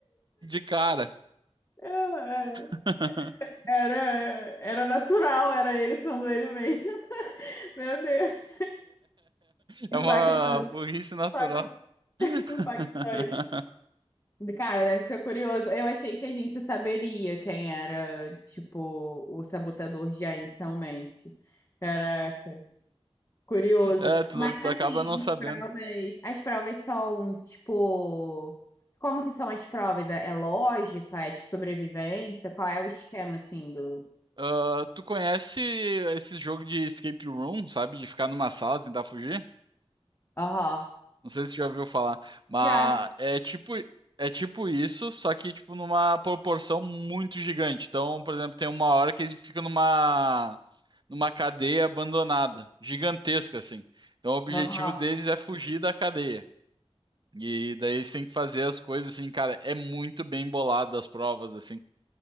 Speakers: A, on the right (about 45°); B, on the left (about 25°).
A: de cara.
B: é, é,
A: <laughs>
B: Era, era natural, era ele sendo ele mesmo. <laughs> Meu Deus.
A: É
B: Impactante,
A: uma burrice natural.
B: impactante, impactante.
A: <laughs>
B: Cara, deve ser curioso. Eu achei que a gente saberia quem era, tipo, o sabotador já inicialmente. Cara, Curioso.
A: É, tu,
B: Mas
A: não- tu
B: assim,
A: acaba não
B: as
A: sabendo.
B: provas, as provas são tipo, como que são as provas? É, é lógica? É tipo sobrevivência? Qual é o esquema assim do?
A: Ah, tu conhece esse jogo de escape room, sabe? De ficar numa sala, e tentar fugir?
B: Aham.
A: Não sei se você já ouviu falar, mas
B: Já. já.
A: é tipo é tipo isso, só que tipo numa proporção muito gigante. Então, por exemplo, tem uma hora que eles ficam numa numa cadeia abandonada, gigantesca assim. Então, o objetivo
B: Aham.
A: deles é fugir da cadeia. E daí eles têm que fazer as coisas assim, cara, é muito bem bolado as provas assim.